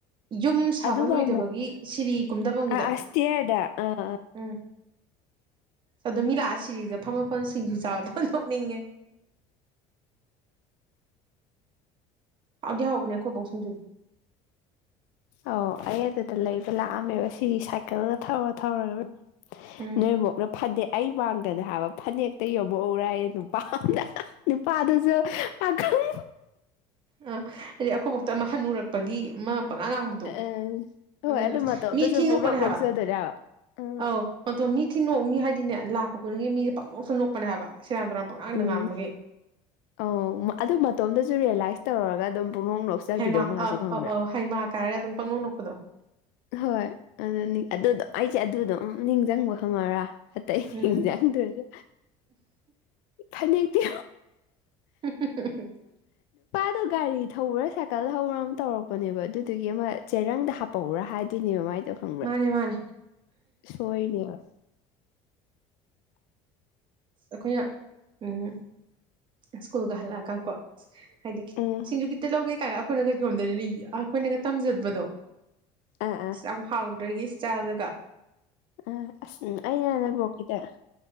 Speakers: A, on the right; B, on the left.
A: ꯌꯨꯝ ꯁꯥꯕ
B: ꯑꯗꯨꯒ
A: ꯂꯣꯏꯗꯕꯒꯤ
B: ꯑꯃꯨꯛ
A: ꯁꯤꯔꯤ ꯀꯨꯝꯗꯐꯝꯒꯤꯗ
B: ꯑꯥ ꯑꯁꯇꯤꯌꯔꯗ ꯑꯥ ꯑꯥ
A: ꯎꯝ ꯑꯗꯣ ꯃꯤ ꯂꯥꯛꯑ ꯁꯤꯔꯤꯗ ꯐꯝ ꯃꯐꯝ ꯁꯤꯡꯖꯨ ꯆꯥꯕꯗ ꯑꯣꯟꯊꯣꯛꯅꯤꯡꯉꯦ
B: ꯑ
A: ꯍꯧꯗꯤ ꯍꯥꯎꯧꯕꯅꯦ ꯑꯩꯈꯣꯏ ꯕꯣꯛꯁꯤꯡꯖꯨꯗꯣ
B: ꯑꯣ ꯑꯩ ꯑꯗꯨꯗ ꯂꯩꯕ ꯂꯥꯛꯑꯝꯃꯦꯕ ꯁꯤꯗꯤ ꯁꯥꯏꯀꯜꯒ ꯊꯧꯔ ꯊꯧꯔꯒ
A: ꯎꯝ
B: ꯅꯣꯏ ꯕꯣꯛꯅ ꯐꯅꯦꯛ ꯑꯩ ꯃꯥꯡꯗꯅ ꯍꯥꯏꯕ ꯐꯅꯦꯛ ꯌꯕꯎꯔꯑꯌꯦ ꯅꯨꯄꯥ ꯑꯝꯗ ꯅꯨꯄꯥꯗꯨꯁꯨ ꯄꯥꯈꯪ
A: ꯑꯥ ꯑꯗꯗꯤ ꯑꯩꯈꯣꯏꯕꯇ ꯑꯃ ꯍꯟꯅꯨꯔꯛꯄꯒꯤ ꯑꯃ ꯄꯉꯥ ꯉꯥꯡꯕꯗꯣ
B: ꯑꯪ ꯍꯣꯏ
A: ꯑꯗꯨꯅ
B: ꯑꯗꯨ ꯃꯇꯣꯝꯇꯁꯨ
A: ꯃꯤꯊꯤꯅ
B: ꯄꯨꯡꯅꯣꯛ
A: ꯅꯣꯛꯄꯅꯦ ꯍꯥꯏꯕ
B: ꯅꯣꯛꯆꯗꯣꯏꯅꯦ ꯍꯥꯏꯕ ꯑ
A: ꯑꯧ ꯃꯤ ꯊꯤ ꯅꯣꯛꯑ ꯃꯤ ꯍꯥꯏꯗꯤꯅꯦ ꯂꯥꯛꯄ ꯈꯨꯗꯤꯡꯒꯤ ꯃꯤꯁꯦ ꯄꯪꯅꯣꯛꯇ ꯅꯣꯛꯄꯅꯦ ꯍꯥꯏꯕ ꯁꯦꯔꯥꯟ ꯇꯨꯔꯥꯟ ꯄꯪꯉꯥꯡꯗ
B: ꯎꯝ
A: ꯉꯥꯡꯕꯒꯤ
B: ꯑꯣ ꯑꯗꯨ ꯃꯇꯣꯝꯗꯁꯨ ꯔꯤꯌꯦꯂꯥꯏꯁ ꯇꯧꯔꯔꯒ ꯑꯗꯨꯝ ꯄꯨꯡꯅꯣꯛ ꯅꯣꯛꯆꯕꯤꯗꯣ
A: ꯍꯩꯃꯥ
B: ꯃꯥꯁꯨ
A: ꯑ
B: ꯈꯪꯕ꯭ꯔꯥ
A: ꯑ ꯑ ꯍꯩꯃꯥ ꯀꯥꯏꯔꯒ ꯍꯥꯢꯔꯒ ꯑꯗꯨꯝ ꯄꯪꯅꯣꯛ ꯅꯣꯛꯄꯗꯣ
B: ꯍꯣꯏ ꯑꯗꯨ ꯑꯗꯨꯗꯣ ꯑꯩꯖꯦ ꯑꯗꯨꯗꯣ ꯑꯗꯨꯝ ꯅꯤꯡꯁꯤꯡꯕ ꯈꯪꯉꯔ ꯑꯇꯩ
A: ꯎꯝ
B: ꯅꯤꯡꯖꯪꯗ꯭ꯔꯁꯨ ꯐꯅꯦꯛꯇꯣ
A: <unintelligible>
B: ꯑꯗꯨꯗꯣ ꯒꯥꯔꯤ ꯊꯧꯕ꯭ꯔꯥ ꯁꯥꯏꯀꯜ ꯊꯧꯕ꯭ꯔꯥ ꯑꯃ ꯇꯧꯔꯛꯄꯅꯦꯕ ꯑꯗꯨꯗꯨꯒꯤ ꯑꯃ ꯆꯦꯔꯪꯗ ꯍꯥꯞꯄꯍꯎꯔꯥ ꯍꯥꯏꯗꯣꯏꯅꯦꯕ ꯃꯥꯏ ꯗꯣ ꯈꯪꯕ꯭ꯔꯥ
A: ꯃꯥꯅꯦ ꯃꯥꯅꯦ
B: ꯁꯣꯏꯔꯤꯅꯦꯕ
A: ꯑꯩꯈꯣꯏꯅ ꯎꯝ ꯁ꯭ꯀꯨꯜꯒ ꯍꯜꯂ ꯀꯥ ꯀꯣ ꯍꯥꯏꯗꯤ
B: ꯎꯝ
A: ꯁꯤꯡꯖꯨ ꯈꯤꯇ ꯂꯧꯒꯦ ꯀꯥꯏꯅ ꯑꯩꯈꯣꯏꯅꯒ ꯌꯣꯝꯗꯅꯤ ꯑꯩꯈꯣꯏꯅꯒ ꯇꯝꯖꯕꯗꯣ ꯑ
B: ꯑꯥ ꯑꯥ
A: ꯌꯥꯝ ꯍꯥꯎꯗꯣꯏꯒꯤ ꯏꯁꯇꯥꯏꯜꯗꯨꯒ
B: ꯑ ꯑꯁ ꯎꯝ ꯑꯩꯩꯅꯥ ꯅꯣꯏ ꯕꯣꯛꯀꯤꯅꯦ